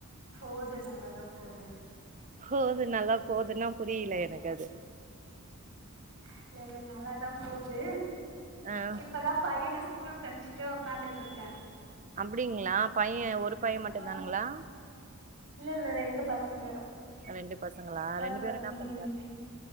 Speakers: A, on the right (about 60°); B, on the right (about 35°).
A: போது நல்லாதா போது
B: போது நல்லா போதுன்னா புரில எனக்கு அது
A: இல்ல இல்ல நல்லாதா போது
B: ஆ
A: இப்பதா பையன ஸ்கூலுக்கு அம்ச்சிட்டு ஒக்காந்துட்ருக்கே
B: அப்டிங்ளா பையன் ஒரு பையன் மட்டுந்தானுங்ளா
A: ஆ இல்ல இல்ல ரெண்டு பசங்க
B: ரெண்டு பசங்களா
A: ஒருத்தே
B: ரெண்டு பேரு என்ன
A: ம்
B: பண்றாங்க